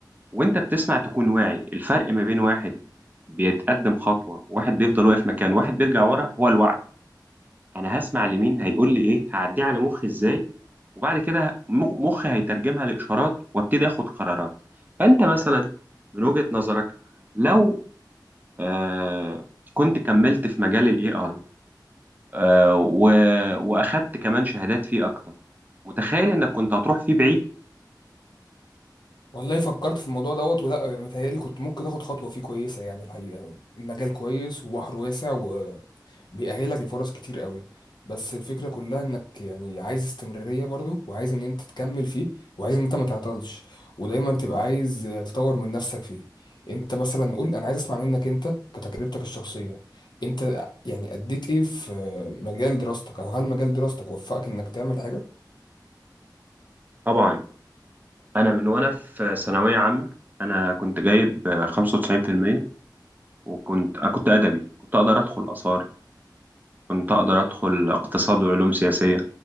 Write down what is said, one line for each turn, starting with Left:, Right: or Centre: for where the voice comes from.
Right: وانت بتسمع تكون واعي الفرق ما بين واحد بيتقدم خطوة واحد بيفضل واقف مكان واحد بيرجع ورا هو الوعي انا هسمع لمين هيقول لي ايه هعديه على مخي ازاي وبعد كده مخ- مخي هيترجمها لاشارات وابتدي اخد قرارات فانت مثلا من وجهة نظرك لو آه كنت كملت في مجال الاي اي آه و- واخدت كمان شهادات فيه اكتر متخيل انك كنت هتروح فيه بعيد
Left: والله فكرت في الموضوع دوت ولا متهيألي كنت ممكن تاخد خطوة فيه كويسة يعني الحقيقة المجال كويس وبحر واسع وبيأهلك لفرص كتير قوي بس الفكرة كلها انك يعني عايز استمرارية برضو وعايز ان انت تكمل فيه وعايز ان انت ما تعطلش ودايما تبقى عايز تطور من نفسك فيه انت مثلا قول انا عايز اسمع منك انت كتجربتك الشخصية انت يعني اديت ايه في مجال دراستك او هل مجال دراستك وفقك انك تعمل حاجة؟
Right: طبعا انا من وانا في ثانويه عامه انا كنت جايب آه، 95% وكنت انا كنت ادبي كنت اقدر ادخل اثار كنت اقدر ادخل اقتصاد وعلوم سياسيه